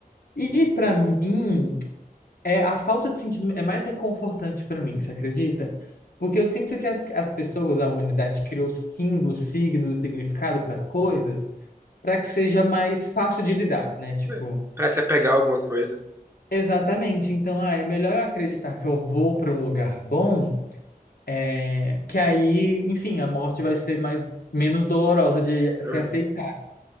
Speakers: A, on the left (about 80°); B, on the right (about 15°).
A: E, para mim, é, a falta de sentido é mais reconfortante para mim, você acredita? Porque eu sinto que as, as pessoas, a humanidade, criou símbolos, signos, significado para as coisas, para que seja mais fácil de lidar, né? Tipo,
B: é, pra se apegar a alguma coisa.
A: exatamente. Então, ah, é melhor eu acreditar que eu vou para um lugar bom, é, que aí, enfim, a morte vai ser mais, menos dolorosa de
B: Uhum,
A: se aceitar.